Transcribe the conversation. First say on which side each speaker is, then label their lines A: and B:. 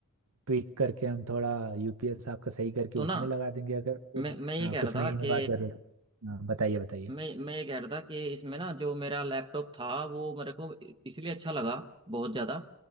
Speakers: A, on the right; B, on the right.
A: ट्विक करके हम थोड़ा यूपीएस आपका सही करके
B: तो
A: उसी
B: ना
A: में लगा देंगे अगर फिर
B: मैं मैं ये
A: हाँ,
B: कह
A: कुछ
B: रहा
A: महीने
B: था कि
A: बाद जरूर हाँ, बताइए बताइए
B: मैं मैं ये कह रहा था कि इसमें ना जो मेरा लैपटॉप था वो मेरे को इसलिए अच्छा लगा बहुत ज़्यादा